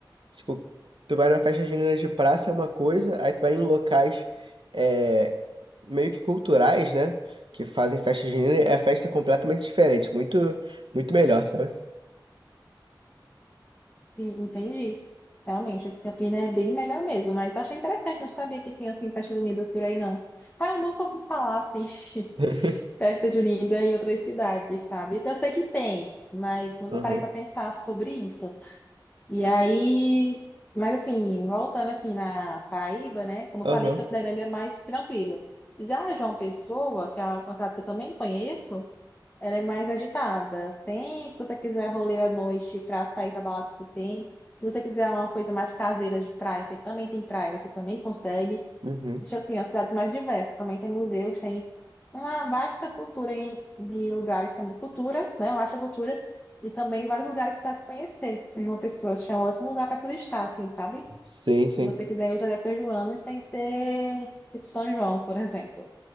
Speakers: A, on the right (about 80°); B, on the left (about 20°).
A: Tipo, tu vai numa festa junina de praça é uma coisa, aí tu vai em locais é, meio que culturais, né? Que fazem festa junina, é festa é completamente diferente, muito, muito melhor, sabe?
B: Sim, entendi. Realmente, aqui Campina é bem melhor mesmo, mas achei interessante, não sabia que tinha assim festa junina por aí, não. Cara, eu nunca ouvi falar assim. <laughs>
A: <laughs>
B: festa junina em outras cidades, sabe? Então, eu sei que tem, mas nunca
A: Aham,
B: parei para pensar sobre isso. E aí, mas assim, voltando assim na Paraíba, né? Como eu
A: aham,
B: falei, Campina Grande é mais tranquilo. Já João Pessoa, que é uma cidade que eu também conheço, ela é mais agitada. Tem, se você quiser rolê à noite para sair para balada, você tem. Se você quiser uma coisa mais caseira de praia, porque também tem praia, você também consegue.
A: uhum.
B: Existe, assim, a cidade mais diversa. Também tem museus, tem uma vasta cultura em- de lugares também. Cultura, né? Eu acho a cultura. E também vários lugares para se conhecer. E Uma pessoa acho é um ótimo lugar para turistar, assim, sabe?
A: Sim,
B: Se
A: sim.
B: você quiser ir outra época do ano e sem ser tipo São João, por exemplo.